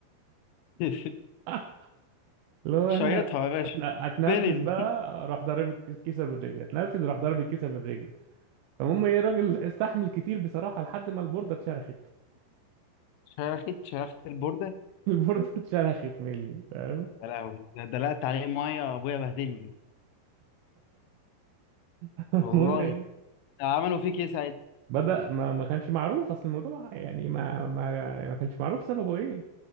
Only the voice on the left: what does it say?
<laughs>
شيطها يا باشا
فيلن
<laughs>
شرخت شرخت البورده
يا لهوي ده دلقت عليه ميه ابويا بهدلني
والله
عملوا فيك ايه ساعتها